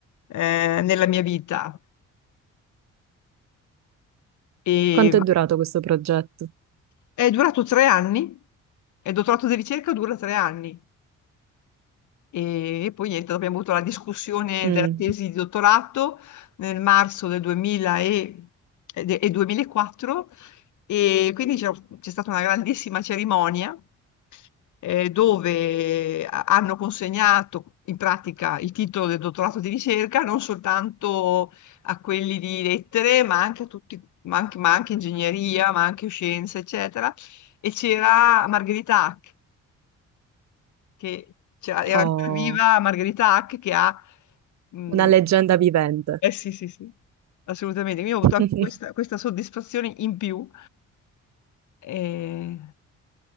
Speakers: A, on the left; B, on the right.
A: eh, nella mia vita. E,
B: Quanto è durato questo progetto?
A: È durato tre anni, il dottorato di ricerca dura tre anni e, e poi niente, dopo abbiamo avuto la discussione
B: Mm,
A: della tesi di dottorato nel marzo del 2000 e, e de- e 2004 e quindi c'è c'è stata una grandissima cerimonia eh, dove ha- hanno consegnato in pratica il titolo del dottorato di ricerca non soltanto a quelli di lettere, ma anche a tutti, ma anche, ma anche ingegneria, ma anche scienze, eccetera. E c'era Margherita Hack, che c'era- era
B: oh,
A: ancora viva Margherita Hack, che ha... mh,
B: una leggenda vivente.
A: eh sì, sì, sì, assolutamente. Quindi ho avuto
B: <laughs>
A: anche questa, questa soddisfazione in più. Eh,